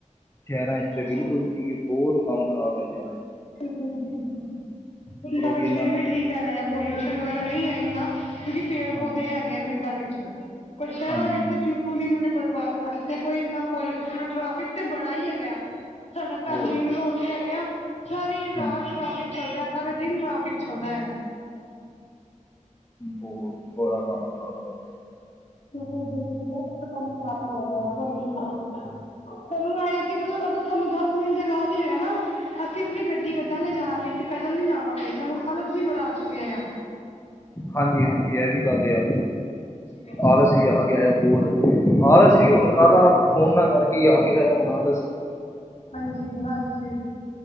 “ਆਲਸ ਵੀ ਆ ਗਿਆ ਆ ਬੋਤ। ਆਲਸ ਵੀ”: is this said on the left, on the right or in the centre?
Left